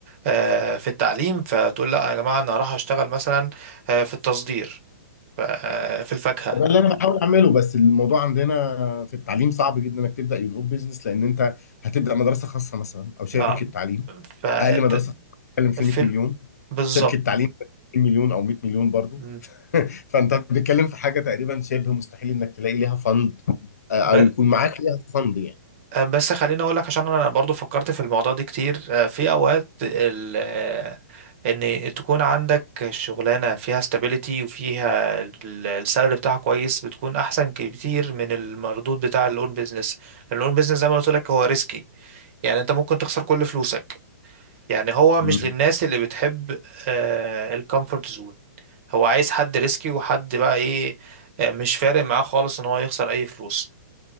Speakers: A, on the right; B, on the left.
A: آه، في التعليم فتقول لا يا جماعة انا راح اشتغل مثلا آه، في التصدير ف- آه، في الفاكهة
B: ده اللي انا بحاول اعمله بس الموضوع عندنا في التعليم صعب جدا انك تبدا يون اون بزنس لان انت هتبدا مدرسه خاصه مثلا او شركه
A: آه،
B: تعليم
A: فانت
B: اقل مدرسه بتتكلم في
A: في
B: 100 مليون
A: ال- بالظبط
B: شركه تعليم 20 مليون او 100 مليون برضو
A: م.
B: <laughs> فانت بتتكلم في حاجه تقريبا شبه مستحيل انك تلاقي ليها فند آه،
A: ب-
B: او يكون معاك ليها فند يعني
A: آه، بس خليني اقول لك عشان انا برضو فكرت في الموضوع ده كتير آه، في اوقات ال آه، ان تكون عندك شغلانه فيها استابيليتي وفيها السالري بتاعها كويس بتكون احسن كتير من المردود بتاع الاون بيزنس الاون بيزنس زي ما قلت لك هو ريسكي يعني انت ممكن تخسر كل فلوسك يعني هو مش
B: امم
A: للناس اللي بتحب الكومفورت زون هو عايز حد ريسكي وحد بقى ايه آه، مش فارق معاه خالص ان هو يخسر اي فلوس